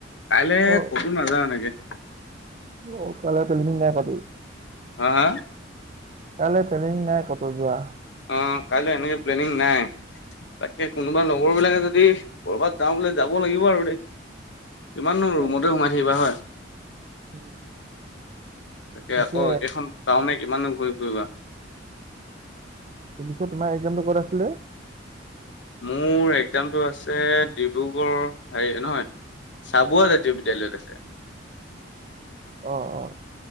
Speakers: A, on the left; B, on the right.
A: কাইলে
B: অ'
A: কতো নাযাওঁ এনেকে।
B: অ কাইলে প্লেনিং নাই পাতি
A: হা-হা?
B: কাইলে প্লেনিং নাই কতো যোৱা?
A: অঁ, কাইলে এনেকে নেকে প্লেনিং নাই। তাকে কোনোবা লগৰ বিলাকে যদি ক'ৰবাত যাওঁ বোলে যাব লাগিব আৰু দেই। কিমান নো ৰুমতে
B: অ'।
A: সোমাই থাকিবা হয়।
B: উম
A: তাকে
B: পিছে
A: আকৌ একেখন টাউনে কিমানো ঘূৰি ফুৰিবা।
B: পিলিছে তোমাৰ একজামটো কত আছিলে?
A: মোৰ একজামটো আছে ডিব্ৰুগড়ৰ হেৰি নহয় চাবুৱা জাতীয় বিদ্যালয়ত আছে।
B: অ অ।